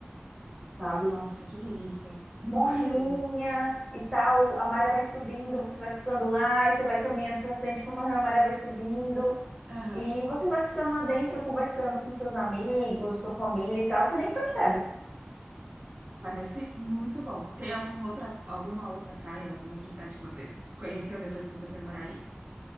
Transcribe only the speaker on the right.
Nossa, que delícia.
Que delícia.
Aham.
Parece muito bom. Tem algum outra, alguma outra praia, alguma outra cidade que você conheceu depois que você foi morar aí?